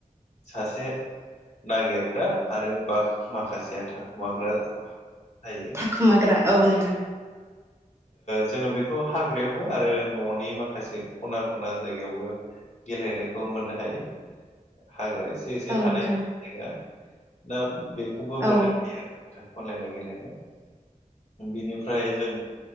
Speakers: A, on the left (about 55°); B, on the right (about 20°).
A: सासे नागिरग्रा आरो बा माखासेया थाख <unintelligible> माग्रा थायो।
B: खोमाग्रा औ नोंथां।
A: जोङो बेखौ हाग्रायावबो आरो न'नि माखासे खना खना जायगायावबो। गेलेनायखौ मोननो हायो हाग्रा एसे एसे एसे
B: औ
A: थानाय
B: नोंथां
A: जाया दा बेखौबो
B: औ
A: मोननाय हायो आरो। थाखोमालायनाय गेलेलायनाय बिनिफ्राय जों।